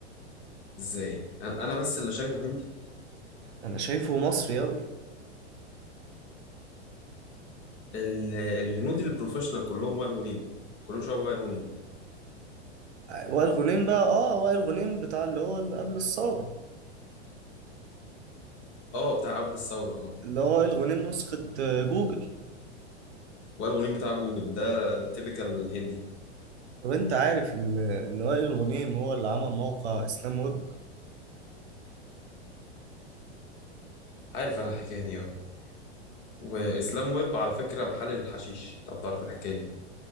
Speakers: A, on the left (about 35°); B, on the right (about 70°).
A: ازاي انا أنا بس اللي شايفه هندي
B: انا شايفه مصري قوي
A: ال- الهنود البروفيشنال كلهم وائل غنيم كلهم شبه وائل غنيم
B: وائل غنيم بقى اه وائل غنيم بتاع اللي هو اللي قبل الثورة
A: اه بتاع قبل الثوره اه
B: اللي هو وائل غنيم نسخة آه، جوجل
A: وائل غنيم بتاع جوجل ده تيبيكال هندي
B: طب انت عارف ان ان وائل غنيم هو اللي عمل موقع اسلام ويب
A: عارف انا الحكايه دي اه واسلام ويب على فكره محلل الحشيش لو تعرف الحكايه دي